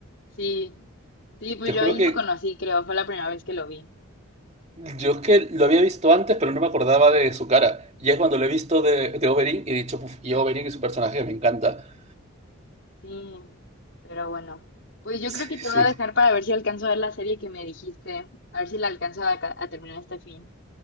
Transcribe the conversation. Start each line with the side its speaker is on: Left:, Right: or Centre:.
Left: Sí, sí, pues
Right: Te
Left: yo
Right: juro
Left: ahí
Right: que...
Left: lo conocí, creo, fue la primera vez que lo vi.
Right: Yo es que lo había visto antes, pero no me acordaba de su cara. Y es cuando lo he visto de, de Oberyn y he dicho, "Uf, y Oberyn y su personaje me encanta.
Left: Sí, pero bueno, pues yo
Right: Sí,
Left: creo que te
Right: sí.
Left: voy a dejar
Right: sí.
Left: para ver si alcanzo a ver la serie que me dijiste, a ver si la alcanzo a, ca- a terminar este fin.